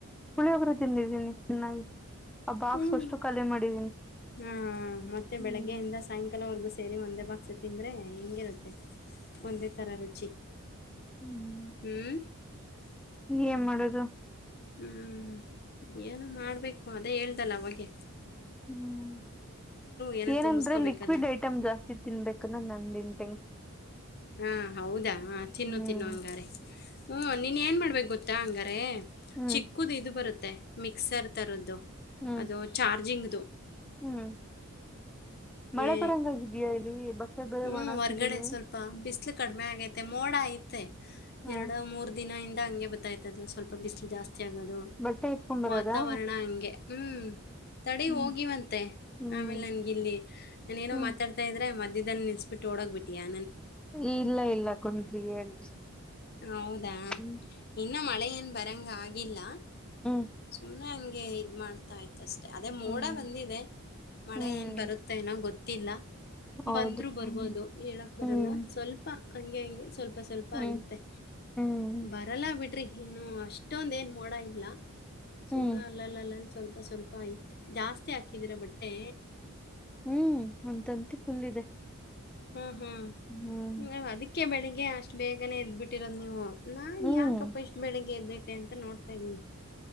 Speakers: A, in the centre; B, on the left.
A: ಪುಳಿಯ ಹೋಗರು ತಿಂದಿದ್ದೀನಿ ಚೆನ್ನಾಗಿ ಆ ಬಾಕ್ಸ್
B: ಹ್ಮ
A: ಅಷ್ಟು ಖಾಲಿ ಮಾಡಿದೀನಿ
B: ಹಾ ಮತ್ತೆ
A: ಹ್ಮ್
B: ಬೆಳಗ್ಗೆಯಿಂದ ಸಾಯಂಕಾಲವರೆಗೂ ಸೇರಿ ಒಂದೆ ಬ ಆಸೆ ತಿಂದರೆ ಹೆಂಗಿರುತ್ತೆ ಒಂದೇ ಥರ ರುಚಿ
A: ಹ್ಮ್
B: ಹ್ಮ್
A: ಏನ್ ಮಾಡೋದು
B: ಹ್ಮ್ ಏನು ಮಾಡ್ಬೇಕು ಅದೇ ಹೇಳ್ದಲ್ಲ ಅವೆ
A: ಹ್ಮ್
B: ಏನೋ
A: ಏನಂದ್ರೆ
B: ತುಂಬಿಸ್ಕೋಬೇಕಲ್ಲ
A: ಲಿಕ್ವಿಡ್ ಐಟಮ್ ಜಾಸ್ತಿ ತಿನ್ಬೇಕನ್ನ ನಂದನ್ <inaudible>
B: ಹಾ ಹೌದಾ ಹ ತಿನ್ನು
A: ಹ್ಮ್
B: ತಿನ್ನು ಹಂಗಾರೆ ಹ್ಮ್ ನೀನ್ ಏನ್ ಮಾಡ್ಬೇಕು ಗೊತ್ತಾ ಹಂಗಾರೆ
A: ಹ್ಮ್
B: ಚಿಕ್ಕದು ಇದು ಬರುತ್ತೆ ಮಿಕ್ಸರ್ ತರದ್ದು
A: ಹ್ಮ್
B: ಅದು ಚಾರ್ಜಿಂಗ್
A: ಹ್ಮ್ ಮಳೆ
B: ಏ
A: ಬರಂಗಾಗಿದ್ಯಾ ಇಲ್ಲಿ ಬ ಮತ್ತೆ ಬೆೇರೆ
B: ಹ್ಞೂ
A: ಒಣ ಹಾಕಿದ್ದೀನಿ
B: ಹೊರ್ಗಡೆ ಸ್ವಲ್ಪ ಬಿಸಿಲು ಕಡಿಮೆ ಆಗೈತೆ ಮೋಡ ಐತೆ
A: ಹಾ
B: ಎರಡು ಮೂರ್ ದಿನ ಇ ಹಂಗೆ ಗೊತ್ತಾಯ್ತದಲ್ಲ ಸ್ವಲ್ಪ ಬಿಸಿಲು ಜಾಸ್ತಿ ಆಗೋದು
A: ಬಟ್ಟೆ ಎತ್ಕೊಂಡ್ ಬರೋದಾ
B: ವಾತಾವರಣ ಹಂಗೆ ಹ್ಮ್ ತಡೆ
A: ಹ್ಮ್
B: ಹೋಗಿವಂತೆ
A: ಹ್ಮ್
B: ಆಮೇಲೆ ನನ್ಗಿಲ್ಲಿ ನಾನೇಏನೋ
A: ಹ್ಮ್
B: ಮಾತಾಡ್ತಾ ಇದ್ರೆ ಮ ಇದನ್ನ ನಿಲ್ಸ್ಬಟ್ಟ ಡಗ್ ಬಿಿಟಾ
A: ಇಲ್ಲ ಇಲ್ಲ ಕುಂ್ರಿ ಹೇಳ್ರಿ
B: ಹೌದಾ
A: ಹ್ಮ್
B: ಇನ್ನ ಮಳೆ ಏನ್ ಬರಂಗ ಆಗಿಲ್ಲ
A: ಹ್ಮ್
B: ಸುಮ್ನೆ ಹಂಗೆ ಇದ್ ಮಾಡ್ತಾ ಆಯ್ತ ಮಷ್ಟೇ ಅದೇ ಮೋಡ
A: ಹ್ಮ್
B: ಬಂದಿದೆ ಮಳೆ
A: ಹ್ಮ್
B: ಏನ್ ಬರುತ್ತೆ ನೋ ಗೊತ್ತಿಲ್ಲ
A: ಹೌದು
B: ಬಂದ್ರು ಬರ್ಬೋದು
A: ಹ್ಮ್
B: ಹೇಳಕ್ ಬರಲ್ಲ
A: ಹ್ಮ್
B: ಸ್ವಲ್ಪ ಹಂಗೆ ಹಂಗೆ ಸ್ವಲ್ಪ ಸ್ವಲ್ಪ
A: ಹ್ಮ್
B: ಸ್ವಲ್ಪ ಐತೆ
A: ಹ್ಮ್
B: ಬರಲ್ಲ ಬಿಡ್ರಿ ಇನ್ನು ಅಷ್ಟೊಂದ ಏನ್ ಮೋಡ ಇಲ್ಲ ಸುಮನೆ
A: ಹ್ಮ್
B: ಅಲ್ಲಲ್ಲ ಅಲ್ಲಲ್ ಸ್ವಲ್ಪ ಸ್ವಲ್ಪ ಆಯ್ತ್ ಜಾಸ್ತಿ ಹಾಕಿದೀರ ಬಟ್ಟೆ
A: ಹ್ಮ್ ಅಂತಂತೆಿ ಫುಲ್ ಇದೆ
B: ಹ್ಮ್ ಹ್ಮ್
A: ಹ್ಮ್
B: ನ್ ಅದಕ್ಕೆ ಬೆಳಿಗ್ಗೆ ಅಷ್ಟು ಬೇಗನೆ ಇದದ್ಬಿಟ್ಟಿರೋದ್ ನೀವು ನಾನ್
A: ಹ್ಮ್
B: ಯಾಕಪ್ಪ ಇಷ್ಟು ಬೆಳಿಗ್ಗೆ ಎದ್ದೈತೆ ಅಂತ ನೋಡ್ತಾ ಇದ್ದೀನಿ